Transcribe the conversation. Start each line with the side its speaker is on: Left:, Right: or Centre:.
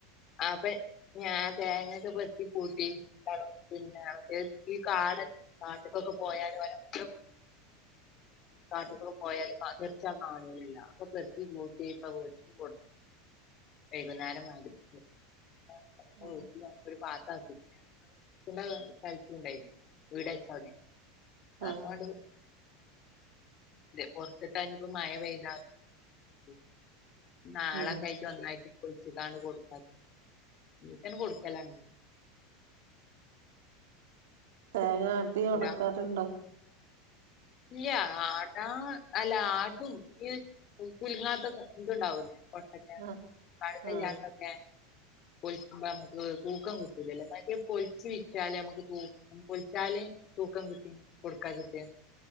Left: അബ് ഞാൻ തേങ്ങൊക്കെ പെർക്കി കൂട്ടി ണ്ടാളും പിന്നെ ഈ കാടൊക്കെ കാട്ട്ക്കൊക്കെ പോയാല് ഓലൊക്കെ
Right: <inaudible>
Left: കാട്ട്കൂടെപോയാൽ കാറ്റ ടിച്ചാ കാണാലില്ല. ഒക്കെ പെർക്കി കൂട്ടിഇപ്പൊ വീട്ട്ക്ക് വൈകുന്നേരം മഹ്രിബിക്ക് <unintelligible>
Right: ആഹ്
Left: ഒരു പാട്ട അർത്. പിന്നെ സ്ഥലത്ത് ണ്ടായിരുന്നു വീടചോന് <unintelligible>
Right: ആഹ്
Left: പുറത്തിട്ടാ ഇഞ്ഞിപ്പോ മഴ പെയ്താ ഉം നാളെക്കായറ്റ്
Right: ഉം
Left: ഒന്നായിട്ട് പൊ ളിച്ച്കാണ്ട് ട് കൊടുക്കാച്ച് ഒന്നിച്ചൺ കൊടുക്കലാണത്
Right: തേങ്ങാട്ടി ഉണക്കാരുണ്ടോ
Left: അല്ല ഇല്ല ആട്ടാ അല്ല ആട്ടും ഈ കുലുങ്ങാത്തൊക്കെ ഇതുണ്ടാവില്ല കൊട്ട തേങ്ങ
Right: ആഹ്
Left: പയകല്ലാത്തതേങ്ങ
Right: ആഹ്
Left: പൊളിക്കുമ്മക്ക് തൂക്കം കിട്ടൂലല്ലോ മറ്റെ പൊലിച്ച് വിറ്റല് നമുക്ക് തൂ ഉം പൊളിച്ചാല് തൂക്കം കിട്ടും കൊടുക്കാച്ചിട്ട്